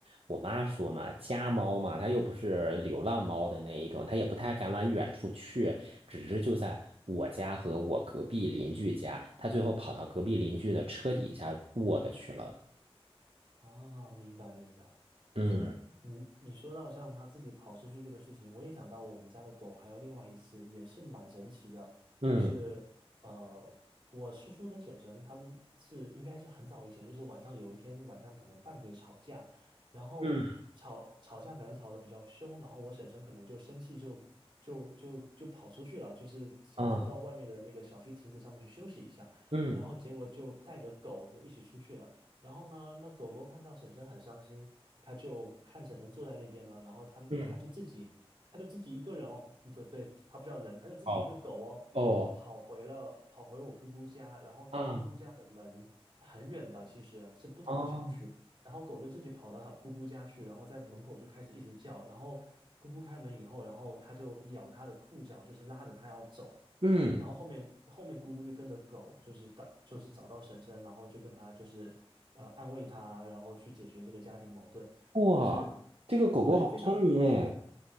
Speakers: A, on the right; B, on the right.
A: 我妈说嘛，家猫嘛，它又不是流浪猫的那一种，它也不太敢往远处去，只是就在我家和我隔壁邻居家，它最后跑到隔壁邻居的车底下卧的去了。
B: 啊，明白明白。其实你你说到像它自己跑出去这个事情，
A: 嗯
B: 我也想到我们家的狗，还有另外一次也是蛮神奇的，
A: 嗯
B: 就是呃，我叔叔跟婶婶他们是应该是很早以前，就是晚上有一天晚上可能拌嘴吵架，然后吵吵架可能吵得比较凶，
A: 嗯
B: 然后我婶婶可能就生气就就就就跑出去了，就是想说到外面的那个小区亭子上面去休息一下，
A: 啊嗯
B: 然后结果就带着狗就一起出去了。然后呢，那狗狗看到婶婶很伤心，它就看婶婶坐在那边呢，然后它它就自己，
A: 嗯，
B: 它就自己一个人哦，嗯对对，它不叫人，它就自己一个狗哦，
A: 哦哦
B: 就跑回了跑回我姑姑家，然后到姑姑家的门很远的，
A: 啊
B: 其实是不同的小区，
A: 啊
B: 然后狗就自己跑到它姑姑家去，然后在门口就开始一直叫，然后姑姑开门以后，然后它就咬它的裤脚，就是拉着它要走。
A: 嗯，
B: 然后后面后面姑姑就跟着狗，就是到就是找到婶婶，然后就跟她就是呃安慰他啊，然后去解决这个家庭矛盾，
A: 哇，
B: 就是
A: 这个狗狗好聪明哎。
B: 对，非常